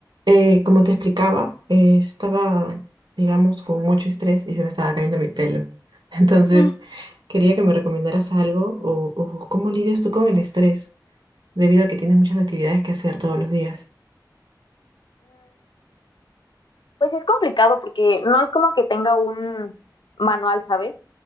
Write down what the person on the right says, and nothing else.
Eh, como te explicaba, eh, estaba, digamos, con mucho estrés y se me estaba cayendo mi pelo. <laughs> Entonces,
quería que me recomendaras algo o, o cómo lidias tú con el estrés, debido a que tienes muchas actividades que hacer todos los días.